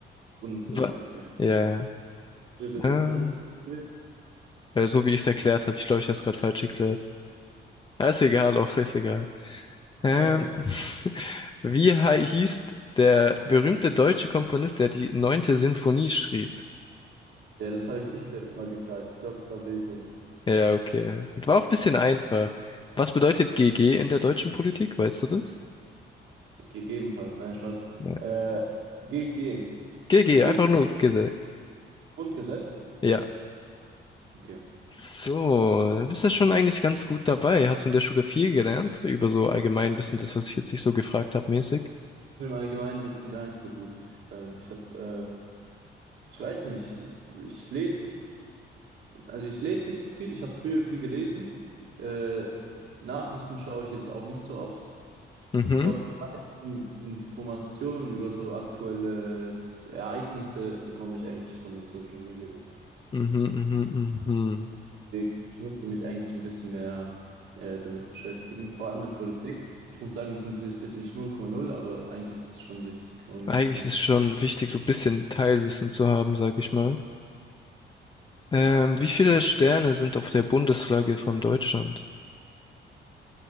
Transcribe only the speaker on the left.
Wa-
Ja, ja.
Ah,
weil so wie ich es erklärt habe, ich glaube, ich habe es gerade falsch erklärt. Ja, ist egal, auch ist egal.
Ähm, <laughs> wie hei- hieß der berühmte deutsche Komponist, der die neunte Sinfonie schrieb?
Ja, okay. Gut, War auch ein bisschen einfach. Was bedeutet GG in der deutschen Politik? Weißt du das?
Nein.
GG,
einfach nur gesagt.
Ja.
So, dann bist du schon eigentlich ganz gut dabei. Hast du in der Schule viel gelernt über so Allgemeinwissen, das, was ich jetzt nicht so gefragt habe, mäßig?
Mhm,
mhm, mhm, mhm.
Eigentlich
ist es schon wichtig, so ein bisschen Teilwissen zu haben, sag ich mal. Ähm, wie viele Sterne sind auf der Bundesflagge von Deutschland?